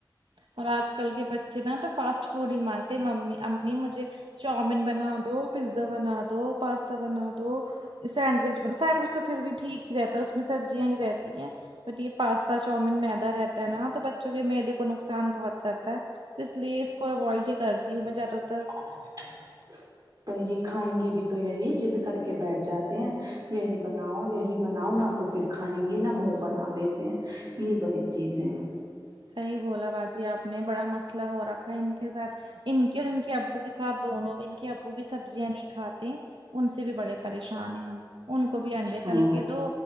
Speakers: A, on the right; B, on the right.
A: اور آج کل کے ب چے نا تو فاسٹ فوڈ ہی مانگتے ممی امی مجھے چاؤمین بنا دو پیزا بنا دو پاستا بنا دو سینڈوچ بن سینڈوچ تو پھر بھی ٹھیک ہی رہتا ہے اس میں سبزیاں ہی رہتی ہیں بٹ یہ پاس تا چاومین میدا رہتا ہے نا تو بچوں کے میدے کو نقصان بہت کرتا ہے تو اس لیے اس کو اوائڈ ہی کرتی ہوں میں زیادہ تر
B: <unintelligible> پر یہ کھائیں گے بھی تو یہی جد کر کے بیٹھ جاتے ہیں یہی بناؤ یہی بناؤ نہ تو پھر کھائیں گے نا منہ بنا لیتے ہیں یہ بڑی چیزیں
A: صحیح بولا باجی آپ نے بڑا مسئلہ ہو رکھا ہے ان کے ساتھ ان کے اور ان کے ابو کے ساتھ دونوں ان کے ابو بھی سبزیاں نہیں کھاتے ان سے بھی بڑے پریشان ہیں ہم ان کو بھی انڈے تل
B: ہاں
A: کے دو